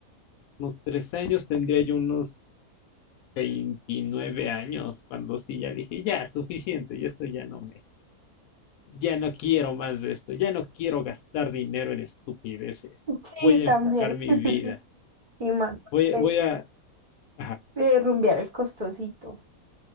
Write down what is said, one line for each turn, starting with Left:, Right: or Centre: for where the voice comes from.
Left: unos tres años, tendría yo unos 29 años, cuando sí ya dije, ya, suficiente, y esto ya no me, Ya no quiero más de esto, ya no quiero gastar dinero en estupideces.
Right: <laughs>
Left: Voy
Right: Sí,
Left: a
Right: también.
Left: enfocar mi
Right: <laughs>
Left: vida.
Right: Y más porque
Left: Voy, a- voy a... Ajá.
Right: eh, rumbear es costosito.